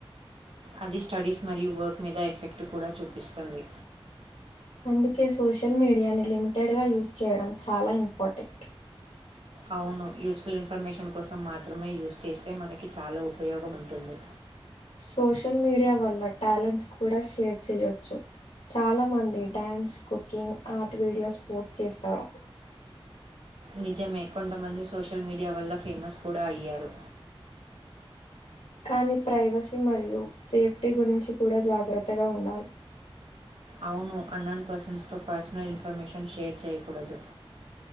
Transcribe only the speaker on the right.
అధి స్టడీస్ మరి వర్క్ మీద ఎఫెక్ట్ కూడా చూపిస్తుంది
అవును యూస్‌ఫుల్ ఇన్ఫర్మేషన్ కోసం మాత్రమే యూస్‌ చేస్తే మనకి చాలా ఉపయోగం ఉంటుంది
నిజమే కొంతమంది సోషల్ మీడియా వల్ల ఫేమస్ కూడా అయ్యారు
అవును అన్నన్ పర్సన్స్ తో పర్సనల్ ఇన్ఫర్మేషన్ షేర్ చేయకూడదు